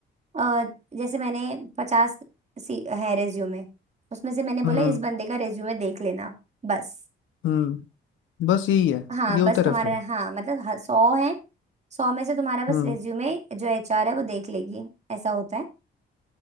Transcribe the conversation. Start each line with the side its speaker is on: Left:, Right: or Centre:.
Right: अ, जैसे मैंने पचास सी है रेज्यूमे उसमें से मैंने बोला
Left: हम्म
Right: इस बंदे का रेज्यूमे देख लेना बस
Left: हम्म बस यही है
Right: हाँ
Left: ये होता
Right: बस
Left: है
Right: तुम्हारा
Left: रेफरल
Right: हाँ मतलब ह- सौ है सौ में से तुम्हारा बस
Left: हम्म
Right: रेज्यूमे जो एचआर है वो देख लेगी ऐसा होता है